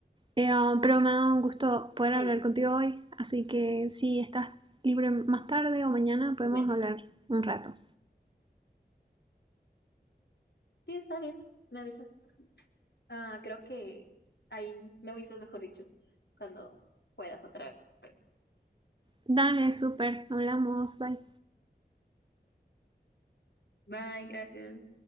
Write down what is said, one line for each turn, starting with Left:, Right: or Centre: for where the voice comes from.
Right: Eh, um, pero me ha dado un gusto poder
Left: Sí,
Right: hablar contigo hoy, así que si estás libre más tarde o mañana podemos
Left: bueno.
Right: hablar un rato.
Left: Sí, está bien. Me avisas Ah, creo que ahí me avisas, mejor dicho, cuando puedas otra vez.
Right: Dale, súper, hablamos, bye.
Left: Bye, gracias.